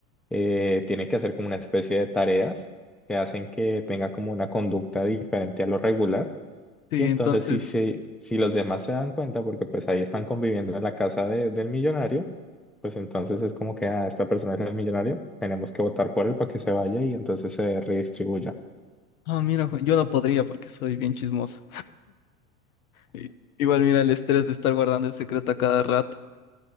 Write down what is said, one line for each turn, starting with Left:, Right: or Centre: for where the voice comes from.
Centre: eh, tiene que hacer como una especie de tareas que hacen que tenga como una conducta diferente a lo regular
Left: sí,
Centre: y entonces
Left: entonces...
Centre: si, si, si los demás se dan cuenta, porque pues ahí están conviviendo en la casa de- del millonario, pues entonces es como que ah, esta persona es el millonario, tenemos que votar por él para que se vaya y entonces se redistribuya.
Left: Ah, mira, Juan, yo no podría porque soy bien chismoso. I- Igual mira el estrés de estar guardando el secreto a cada rato.